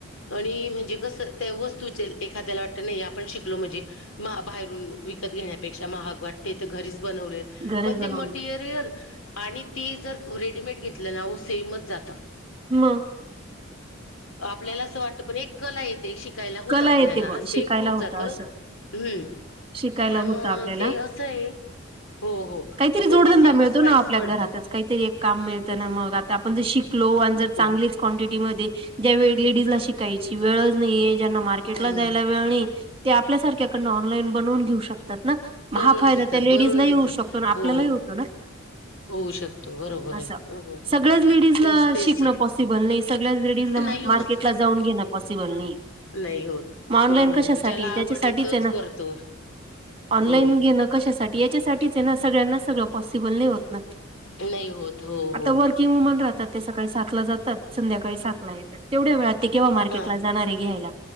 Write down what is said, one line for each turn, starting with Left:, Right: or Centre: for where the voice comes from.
Left: आणि म्हणजे कसं त्या वस्तूचे एखाद्याला वाटतं नाही आपण शिकलो म्हणजे. महा बाहेरून विकत घेण्यापेक्षा महाग वाटते तर घरीच बनवले.
Right: घरच
Left: पण
Right: बनवलं
Left: ते मटिरियल आणि ते जर रेडीमेड घेतलं ना सेमच जात
Right: म
Left: आपल्याला असं वाटत पण एक कला येते शिकायला होता
Right: कला
Left: आपल्याला
Right: येते बुवा
Left: असं
Right: शिकायला
Left: एक होऊन
Right: होतं
Left: जातं
Right: असं
Left: हम्म
Right: शिकायला
Left: पण मग
Right: होतं आपल्याला
Left: ते असं आहे हो हो
Right: काहीतरी जोडधंदा
Left: पण ते सेमच
Right: मिळतो
Left: प्राईस
Right: ना आपल्या
Left: पडतं
Right: घरातच काहीतरी एक काम मिळतं ना मग आता आपण जर शिकलो आणि जर
Left: हो
Right: चांगलेच क्वांटिटी मध्ये ज्या वेळी लेडीज ला शिकायची वेळच नाही. ज्यांना मार्केटला
Left: हम्म
Right: जायला वेळ नाही ते आपल्या सारख्याकडन ऑनलाईन बनवून घेऊ शकतात ना.
Left: बनवून
Right: हा फायदा
Left: घेतात
Right: त्या लेडीज
Left: बनवून
Right: नाही
Left: घेतात
Right: होऊ शकतो ना आपल्यालाही
Left: हो
Right: होतो ना.
Left: होऊ शकतो बरोबर
Right: असं
Left: आहे हो हो
Right: सगळ्याच लेडीज
Left: तेच तेच
Right: शिकण पॉसिबल नाही. सगळ्या लेडीज
Left: नाही होत
Right: मार्केट ला जाऊन घेणं पॉसिबल नाही.
Left: नाही होत.
Right: मग ऑनलाईन
Left: हो
Right: कशासाठी
Left: हो ज्याला
Right: त्याच्यासाठीच
Left: आवड तोच
Right: आहे ना
Left: करतो
Right: ऑनलाईन
Left: हो
Right: घे. कशासाठी याच्यासाठीच आहे ना सगळ्यांना सगळं पॉसिबल नाही होत ना.
Left: नाही होत हो
Right: आता
Left: हो
Right: वर्किंग वुमन राहतात ते सकाळी स- सातला जातात संध्याकाळी सातला येतात तेवढ्या वेळ ते केव्हा मार्केट
Left: हा
Right: ला जाणारे घ्यायला.